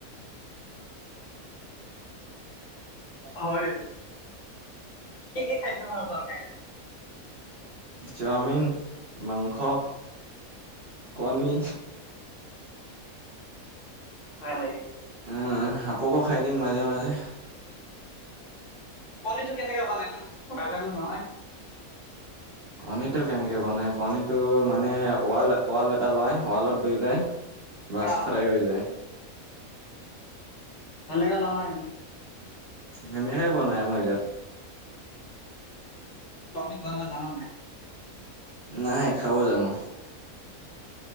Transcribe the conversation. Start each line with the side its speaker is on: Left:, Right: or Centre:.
Left: হয়, কি কি খাদ্য ভাল পোৱা খাই এনে।
Right: চাওমিন, মাংস। কণী।
Left: হয়, হয়।
Right: আ হা সাপকো খাই দিং মাজে মাজে।
Left: পনীৰটো কেনেকে বনাই নো? নাজানো নহয়।
Right: কণীটো কেনেকে বনাই কণীটো মানে ৱালত ৱাল এটা লয়। ৱালত দৈলায়। বছ
Left: খাম।
Right: ফ্ৰাই হৈ যায়।
Left: হেনেকা নহয়।
Right: হেনেকাই বনায় আমাৰ ইয়াত।
Left: চাওমিন বনাবা জানা নাই?
Right: নাই, খাব জানো।